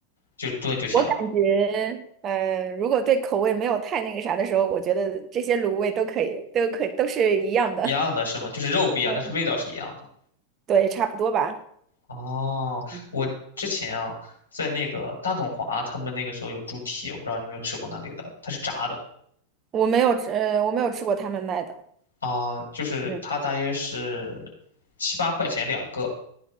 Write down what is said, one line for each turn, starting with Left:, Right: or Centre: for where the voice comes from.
Left: 就炖就行了，
Right: 我感觉呃，如果对口味没有太那个啥的时候，我觉得这些卤味都可以，都可以，都是一样的。
Left: 一样的是吗？就是肉不一样，
Right: 嗯，
Left: 但是味道是一样的。
Right: 对，差不多吧。
Left: 哦，
Right: 嗯，
Left: 我之前啊，在那个大董华，他们那个时候有猪蹄，我不知道你有没有吃过那里的，它是炸的
Right: 我没有吃，呃，我没有吃过他们卖的。
Left: 啊，就是它大约是七八块钱两个，
Right: 嗯，